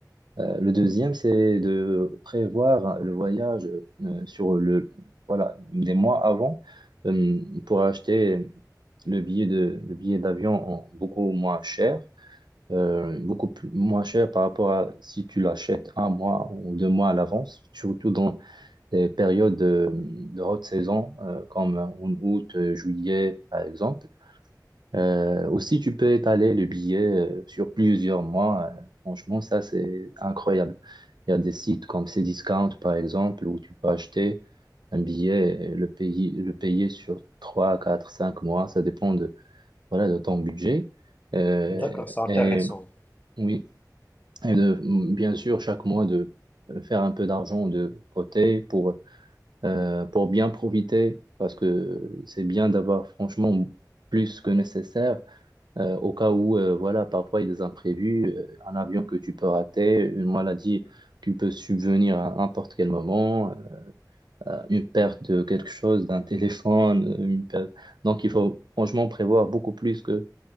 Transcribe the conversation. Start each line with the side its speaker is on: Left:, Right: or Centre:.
Right: Euh, le deuxième, c'est de prévoir le voyage euh, sur le, voilà, des mois avant euh, pour acheter le billet de, le billet d'avion en beaucoup moins cher, euh, beaucoup plus- moins cher par rapport à si tu l'achètes un mois ou deux mois à l'avance, surtout dans les périodes de, de haute saison euh, comme en août, euh, juillet, par exemple. Euh, aussi, tu peux étaler le billet euh, sur plusieurs mois. Euh, franchement, ça, c'est incroyable. Il y a des sites comme Cdiscount, par exemple, où tu peux acheter un billet et le payer, le payer sur 3 4 5 mois. Ça dépend de, voilà, de ton budget. Euh,
Left: d'accord, c'est intéressant.
Right: et oui, et de, bien sûr, chaque mois, de faire un peu d'argent de côté pour, euh, pour bien profiter, parce que c'est bien d'avoir franchement plus que nécessaire euh, au cas où, euh, voilà, parfois il y a des imprévus, euh, un avion que tu peux rater, une maladie qui peut subvenir à n'importe quel moment, euh, euh, une perte de quelque chose, d'un <laughs> téléphone, euh, une perte- Donc il faut franchement prévoir beaucoup plus que